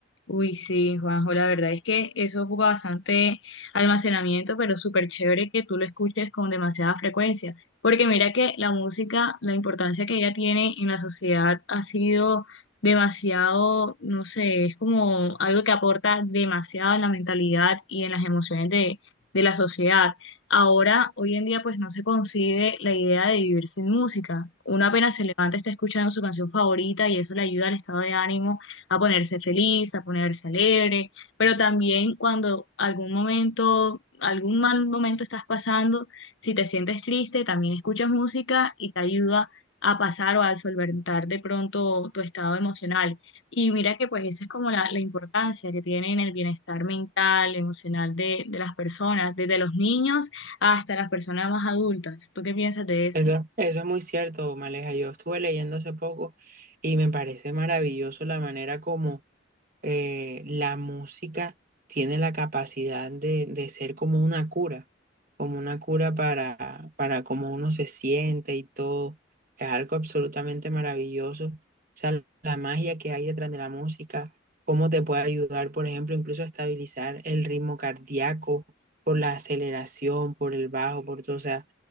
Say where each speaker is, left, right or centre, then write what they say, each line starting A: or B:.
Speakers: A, on the left; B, on the right.
A: Uy, sí, Juanjo, la verdad es que eso ocupa bastante almacenamiento, pero súper chévere que tú lo escuches con demasiada frecuencia, porque mira que la música, la importancia que ella tiene en la sociedad ha sido demasiado, no sé, es como algo que aporta demasiado en la mentalidad y en las emociones de, de la sociedad. Ahora, hoy en día, pues no se concibe la idea de vivir sin música. Uno apenas se levanta, está escuchando su canción favorita y eso le ayuda al estado de ánimo a ponerse feliz, a ponerse alegre, pero también cuando algún momento, algún mal momento estás pasando, si te sientes triste, también escuchas música y te ayuda a pasar o a solventar de pronto tu estado emocional. Y mira que pues esa es como la, la importancia que tiene en el bienestar mental, emocional de, de las personas, desde los niños hasta las personas más adultas. ¿Tú qué piensas de eso?
B: Eso, eso es muy cierto, Maleja. Yo estuve leyendo hace poco y me parece maravilloso la manera como eh, la música tiene la capacidad de, de ser como una cura, como una cura para, para cómo uno se siente y todo. Es algo absolutamente maravilloso. O sea, la magia que hay detrás de la música, cómo te puede ayudar, por ejemplo, incluso a estabilizar el ritmo cardíaco por la aceleración, por el bajo, por todo. O sea,